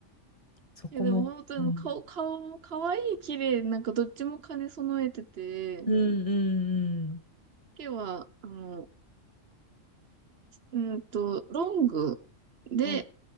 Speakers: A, on the left (about 30°); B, on the right (about 55°).
A: そこも。
B: いや、でも本当にあの顔、
A: うん。
B: 顔も可愛い、綺麗、なんかどっちも兼ね備えてて、
A: うんうん
B: 毛は、あの、うーんと、ロングで
A: うん。うん。